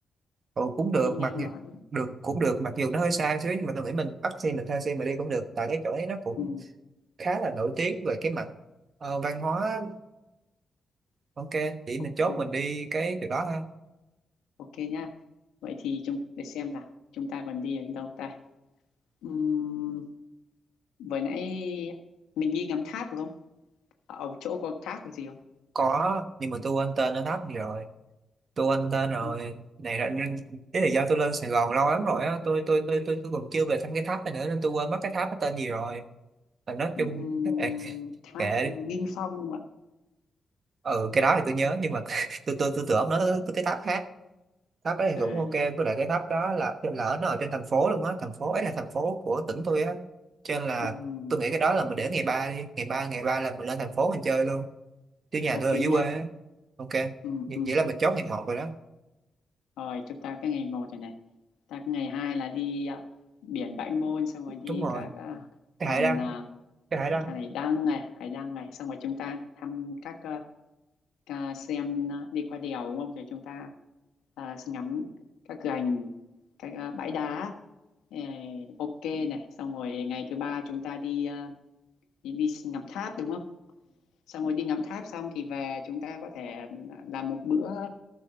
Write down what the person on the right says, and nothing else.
ừ, cũng được
mặc
dù
được cũng được mặc dù nó hơi xa xíu nhưng mà tôi nghĩ mình bắt xe mình thuê xe mà đi cũng được tại cái chỗ ấy nó cũng
khá là nổi tiếng về cái mặt ờ, văn hóa ok chỉ
mình chốt mình đi cái chỗ đó ha
có nhưng mà tôi quên tên nó thấp rồi tôi anh tên rồi
này là nên- đấy là do tôi lên Sài Gòn lâu lắm rồi á tôi tôi tôi tôi tôi còn chưa về thăm cái tháp này nữa nên tôi quên mất cái tháp nó tên gì rồi mà nói
chung kệ
kệ
đi
ừ cái đó thì tôi nhớ nhưng mà <laughs> tôi tôi tôi tưởng nó tới tới cái tháp khác tháp đấy thì
cũng ok với lại cái tháp đó là lỡ nó ở trên thành phố luôn á thành phố ấy là thành phố của tỉnh tôi á cho nên là
tôi nghĩ cái đó là mình để ngày ba đi ngày ba ngày ba là mình lên thành phố mình chơi luôn chứ nhà
tôi ở dưới
quê á ok
vậy
vậy là mình chốt ngày một rồi đó
đúng rồi
cái
hải đăng
cái hải đăng